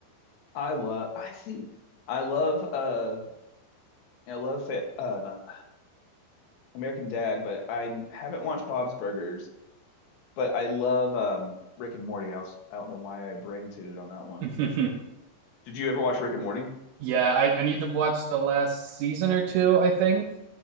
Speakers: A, on the left; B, on the right.
A: I love. I see. I love. Uh, I love. Fa- uh, not American Dad, but I haven't watched Bob's Burgers But I love um, Rick and Morty. I was I don't know why I brain tooted on that one.
B: <laughs>
A: Did you ever watch Rick and Morty?
B: yeah, I, I need to watch the last season or two, I think.